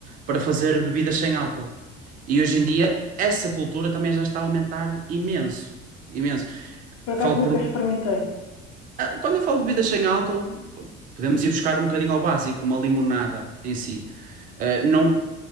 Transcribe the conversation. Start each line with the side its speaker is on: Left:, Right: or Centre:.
Right: para fazer bebidas sem álcool. E hoje em dia essa cultura também já está a aumentar imenso, imenso.
Left: Por acaso
Right: Falo
Left: nunca
Right: por,
Left: experimentei.
Right: ah, quando eu falo de bebidas sem álcool, podemos ir buscar um bocadinho ao básico, uma limonada em si. Uh, não,